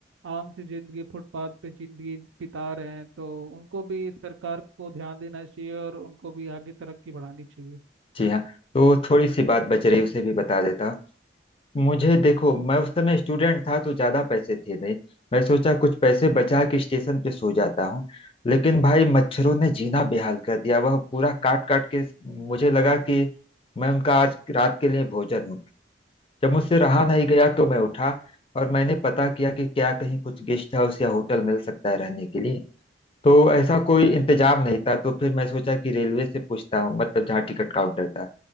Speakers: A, on the right; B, on the left.
A: आम सी जिंदगी फुटपाथ पे जिंदगी बिता रहे हैं तो उनको भी सरकार को ध्यान देना चाहिए और उनको भी आगे तरक्की बढ़ानी चाहिए
B: जी हाँ तो थोड़ी सी बात बच रही उसे भी बता देता हूँ मुझे देखो मैं उस समय स्टूडेंट था तो ज्यादा पैसे थे नहीं मैं सोचा कुछ पैसे बचा के स्टेशन पे सो जाता हूँ लेकिन भाई मच्छरों ने जीना बेहाल कर दिया वह पूरा काट काट के मुझे लगा कि मैं उनका आज रात के लिए भोजन हूँ जब मुझसे रहा नहीं गया तो मैं उठा और मैंने पता किया कि क्या कहीं कुछ गेस्ट हाउस या होटल मिल सकता है रहने के लिए तो ऐसा कोई इंतजाम नहीं था तो फिर मैं सोचा कि रेलवे से पूछता हूँ मतलब जहाँ टिकट काउंटर था